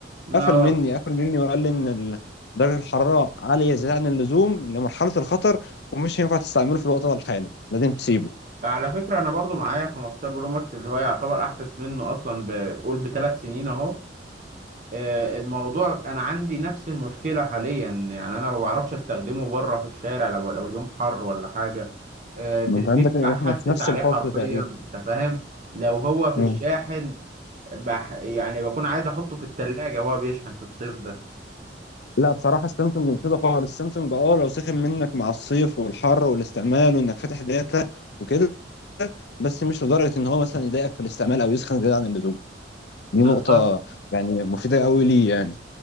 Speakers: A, on the right (about 45°); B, on the left (about 65°).
A: اه
B: قفل مني قفل مني وقال لي إن ال- درجة الحرارة عالية زيادة عن اللزوم لمرحلة الخطر ومش هينفع تستعمله في الوقت ده الحالي لازم تسيبه
A: على فكره انا برضو معايا 15 برو ماكس اللي هو يعتبر احدث منه اصلا بقول بثلاث سنين اهو آه، الموضوع انا عندي نفس المشكله حاليا يعني انا ما بعرفش استخدمه بره في الشارع لو لو اليوم حر ولا حاجه آه،
B: ما
A: في
B: انت
A: البيت
B: عندك
A: بحسس
B: احنا في نفس
A: عليه
B: الفصل
A: حرفيا
B: تقريبا
A: انت فاهم لو هو في
B: مم.
A: الشاحن بح يعني بكون عايز احطه في التلاجة وهو بيشحن في الصيف ده
B: لا بصراحة السامسونج كده خالص السامسونج اه لو سخن منك مع الصيف والحر والاستعمال وانك فاتح داتا وكده بس مش لدرجة ان هو مثلا يضايقك في الاستعمال او يسخن زيادة عن اللزوم دي
A: بالظبط
B: نقطة يعني مفيدة قوي ليه يعني